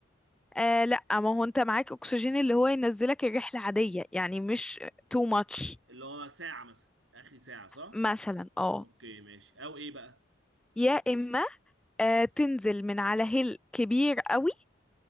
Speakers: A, in the centre; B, on the right.
A: آه لا ما هو انت معاك اكسجين اللي هو ينزلك الرحله عاديه يعني مش too much
B: اللي هو ساعة مثلا اخر ساعة صح؟
A: مثلا اه
B: اوكي ماشي او ايه بقى؟
A: يا اما آه تنزل من على هيل كبير قوي